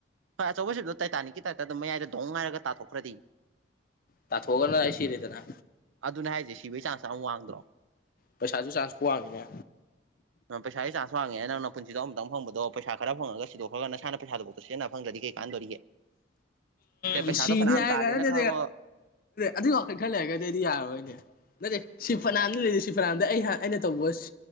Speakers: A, on the right; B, on the left.
A: ꯍꯣꯏ ꯑꯆꯧꯕ ꯁꯤꯕꯇꯣ ꯇꯥꯏꯇꯥꯅꯤꯛꯀꯤ ꯇꯥꯏꯞꯇ ꯑꯗꯨꯝ ꯃꯌꯥꯏꯗ ꯗꯣꯡ ꯉꯥꯏꯔꯒ ꯇꯥꯊꯣꯛꯈ꯭ꯔꯗꯤ꯫
B: ꯇꯥꯊꯣꯛꯑꯒꯅ ꯑꯩ ꯁꯤꯔꯦꯗꯅꯥ꯫
A: ꯑꯗꯨꯅꯦ ꯍꯥꯏꯁꯦ ꯁꯤꯕꯒꯤ ꯆꯥꯟꯁ <unintelligible>
B: ꯄꯩꯁꯥꯁꯨ ꯆꯥꯟꯁꯄꯨ ꯋꯥꯉꯤꯅꯦ꯫
A: ꯑ ꯄꯩꯁꯥꯒꯤ ꯆꯥꯟꯁ ꯋꯥꯉꯦ ꯅꯪꯅ ꯄꯨꯟꯁꯤꯗꯣ ꯑꯃꯨꯇꯪ ꯐꯪꯕꯗꯣ ꯄꯩꯁꯥ ꯈꯔ ꯐꯪꯉꯒ ꯁꯤꯗꯣꯛꯈ꯭ꯔꯒ ꯅꯁꯥꯅ ꯄꯁꯥꯗꯨꯕꯣꯛꯇ ꯁꯤꯖꯤꯟꯅꯕ <unintelligible> ꯀꯩ ꯀꯥꯟꯗꯣꯔꯤꯒꯦ꯫ ꯑꯦ ꯄꯩꯁꯥꯗꯣ
B: ꯎꯝ ꯁꯤꯗꯤ
A: ꯐꯅꯌꯥꯝ
B: ꯍꯥꯏ
A: ꯇꯥꯜꯂꯦꯅ
B: <unintelligible> ꯅꯠꯇꯦ
A: ꯈꯪꯉꯣ
B: ꯑꯗꯨꯏ ꯋꯥꯈꯜ ꯈꯜ ꯂꯩꯔꯒꯗꯤ ꯑꯩꯗꯤ ꯌꯥꯔꯔꯣꯏꯅꯦ꯫ ꯅꯠꯇꯦ ꯁꯤ ꯐꯅꯥꯝꯅ ꯂꯩꯔꯤ ꯁꯤ ꯐꯅꯥꯝꯗ ꯑꯩꯍꯥ ꯑꯩꯅ ꯇꯧꯕꯁꯤ